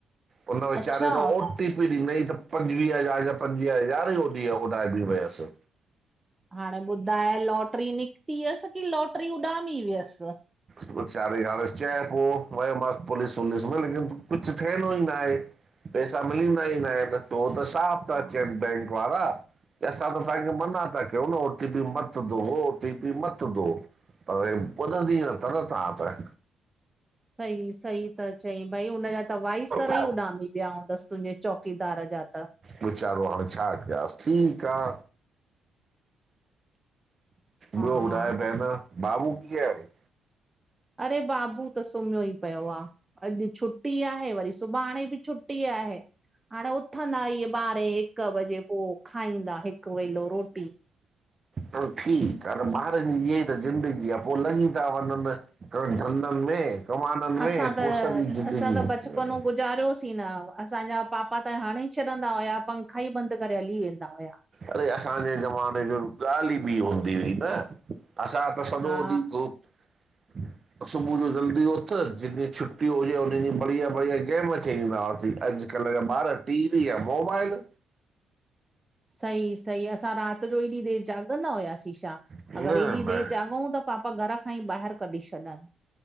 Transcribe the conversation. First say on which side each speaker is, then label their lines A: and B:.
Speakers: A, on the right; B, on the right.
A: हुन वेचारे
B: अच्छा
A: जो ओ टी पी ॾिनई त पंजवीहे हज़ारे जा पंजवीह हज़ार ई उंही जा उॾारजि वयसि।
B: हाणे ॿुधाए लॉटरी निकिती हुअस की लॉटरी उॾामी वियसि
A: विचारो यार चए पयो वयो मास पुलिस वूलिस में लेकिन कुछ थियणो ही नाहे। पेसा मिलंदा ई न आहिनि हू त साफ़ था
B: हा
A: चयनि बैंक वारा त असां त तव्हांखे मना था कयूं न ओ टी पी मत दो ओ टी पी मत दो। पर हे ॿुधन ही न था न तव्हां त
B: सही सही त चई भई हुनजा त वाइसर
A: त
B: ई उॾामी विया हूंदसि तुंहिंजे चौकीदार जा त
A: वेचारो हाणे छा कयांस ठीकु आ
B: हा
A: ॿियो ॿुधाए ॿहना बाबू कीअ आहे
B: अरे बाबू त सुम्हयो ई पियो आ अॼु छुटी आहे वरी सुभाणे बि छुटी आहे हाणे उथंदा ईए ॿारहें हिकु बजे पोइ खाईंदा हिकु वेलो रोटी
A: हलु ठीकु आ न ॿारनि जी ईया ई त ज़िंदगी आ पोइ लॻी ता वञनि कमु धंधनि में कमायण में
B: असां त
A: पोई सॼी ज़िदगी
B: असां त
A: निकरी
B: बचपनो
A: वञे थी।
B: गुज़ारियोसीं न उथिंदा असांजा पापा त हंड़ी छॾिंदा हुया पंखा ई बंदि करे हली वेंदा हुया।
A: अड़े असांजे ज़माने जी ॻाल्हि ई ॿी हूंदी हुई न असां त सॼो
B: हा।
A: ॾींहुं गोप सुबुह जो जल्दी उथ जेंह ॾींहुं छुट्टी हुजे हुन ॾींहुं बढ़िया बढ़िया गेम खेॾिंदा हुआसीं अॼु कल्ह जा ॿार टी वी या मोबाइल
B: सहि सही असां राति जो एॾी देरि जाॻंदा हुयासि छा।
A: न
B: अगर एॾी
A: न
B: देरि जाॻउं त पापा घर खां ई ॿाहिरि कढी छॾनि